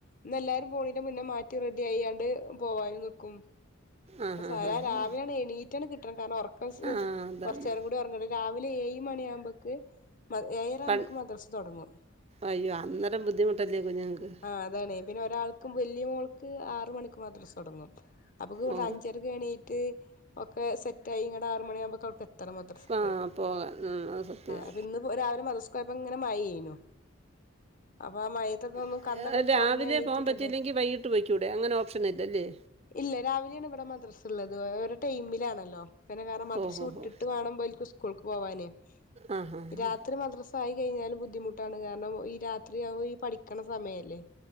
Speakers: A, on the left (about 40°); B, on the right (about 30°).
A: ഇന്നെല്ലാരും പോണെന്റെ മുന്നെ മാറ്റ് റെഡിയയാണ്ട് പോവായിരുന്നു ക്കും
B: ആ ഹാ
A: സാധാ
B: ഹാ
A: രാവിലെയാണ്
B: ഹാ
A: എണീറ്റണ്ട് കിട്ടണ്ടെ കാരണം ഒറക്കം
B: ആ അതാണ്
A: കൊറച്ചനേരം കൂടി ഉറങ്ങണ് രാവിലെ എയ് മണി ആവുമ്പക്ക് ഏയര
B: പൺ
A: ആവുമ്പക്ക് മദ്രസ് തൊടങ്ങും.
B: അയ്യോ അന്നേരം ബുദ്ധിമുട്ടല്ലേ കുഞ്ഞുങ്ങൾക്ക്
A: ആ അതാണ് എബിൻ ഒരാൾ ക്കും വല്യമോൾക്ക് ആറ് മണിക്ക് മദ്രസ തുടങ്ങും. അപ്പോക്കവിടെ
B: ഓ
A: അഞ് സീറ്റ്‌ ഒക്കെ സെറ്റായി <inaudible> ആറ് മണിയാമ്പോ <unintelligible> മദർസക്ക്
B: ആ പോകാം ഉം, അത് സത്യം
A: അപ്പൊ ഇന്ന് രാവിലെ <unintelligible> ചിലപ്പോൾ ഇങ്ങനെ മഴ പെയ്യുന്നു അപ്പൊ ആ മഴത്തൊക്കെ ഒന്നും
B: ആ.
A: കണ്ണൊക്കെ
B: രാവിലെ
A: തൊറന്ന് എണീറ്റിട്ടുണ്ടേ
B: പോകാൻ പറ്റിയില്ലെങ്കിൽ വൈകിട്ട് പോയിക്കൂടെ അങ്ങനെ ഓപ്ഷൻ ഇല്ലല്ലേ
A: ഇല്ല രാവിലെയാണ് ഇവിടെ <inaudible> <inaudible> ത് ടൈമിലാണല്ലോ നേരെ കാരണം മദ്രസ
B: ഓ ഹോ
A: വിട്ടിട്ട്
B: ഹോ
A: വേണം കാണുമ്പോ
B: ആ ഹാ ഹാ.
A: <unintelligible> രാത്രി മദ്രസ ആയി കഴിഞ്ഞാല് ബുദ്ധിമുട്ടാണ് കാരണം- ഈ രാത്രിയാവോ പഠിക്കണ സമയല്ലേ